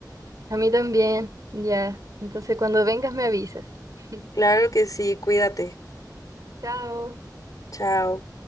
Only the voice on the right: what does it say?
A mí también, ya. Entonces, cuando vengas me avisas. <laughs>
Chao.